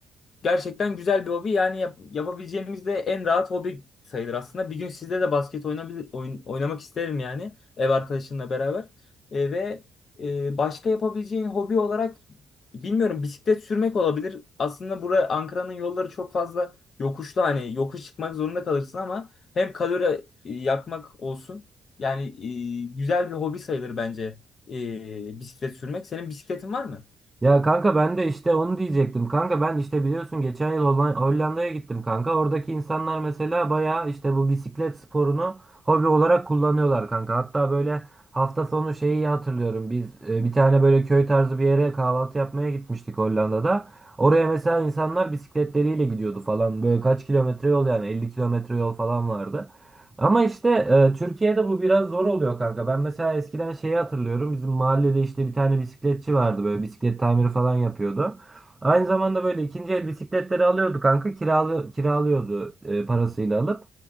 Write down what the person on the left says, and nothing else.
Gerçekten güzel bir hobi. Yani yap- yapabileceğimiz de en rahat hobi sayılır aslında. Bir gün sizde de basket oynabil oyn- oynamak isterim yani ev arkadaşınla beraber. E, ve e, başka yapabileceğin hobi olarak bilmiyorum bisiklet sürmek olabilir. Aslında bura Ankara'nın yolları çok fazla yokuşlu hani yokuş çıkmak zorunda kalırsın ama hem kalori e, yakmak olsun. Yani e, güzel bir hobi sayılır bence e, bisiklet sürmek. Senin bisikletin var mı?